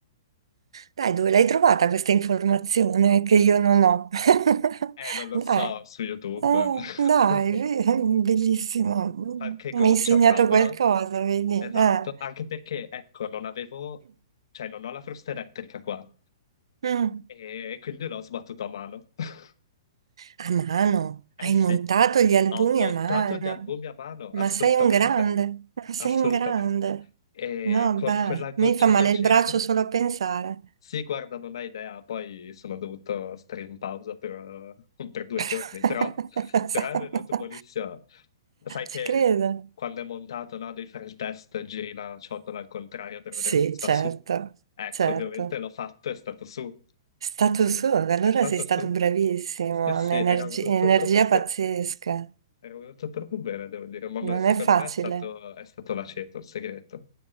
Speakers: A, on the right; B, on the left.
A: Dai, dove l'hai trovata questa informazione che io non ho? <laughs>
B: Eh, non lo
A: Dai.
B: so, su YouTube.
A: Oh, dai,
B: <laughs>
A: be- <laughs> bellissimo.
B: Qualche
A: Mi
B: goccia
A: hai insegnato
B: proprio.
A: qualcosa, vedi?
B: Esatto.
A: Eh.
B: Anche perché, ecco, non avevo... Cioè, non ho la frusta elettrica qua.
A: Mm.
B: E quindi l'ho sbattuto a mano. <laughs>
A: A mano,
B: Eh
A: hai
B: sì.
A: montato gli albumi
B: Ho montato
A: a mano.
B: gli albumi a mano, assolutamente,
A: Ma sei un grande, <laughs> ma
B: assolutamente.
A: sei un grande.
B: E
A: No,
B: con
A: beh,
B: quella goccia
A: mi fa male
B: di aceto,
A: il braccio solo a pensare.
B: sì, guarda, non hai idea, poi sono dovuto stare in pausa per, <laughs> per due
A: <laughs>
B: giorni, però, però è venuto buonissimo. Sai che
A: Ci credo.
B: quando è montato, no, devi fare il test, giri la ciotola al contrario per
A: Sì,
B: vedere se sta
A: certo,
B: su. Ecco,
A: certo.
B: ovviamente l'ho fatto, è stato su.
A: È stato suo, allora
B: È stato
A: sei stato
B: su?
A: bravissimo,
B: Sì, sì,
A: un'energia
B: era venuto
A: energia
B: proprio bene.
A: pazzesca.
B: È venuto proprio bene, devo dire, ma ma
A: Non
B: secondo
A: è facile.
B: me è stato, è stato l'aceto, il segreto.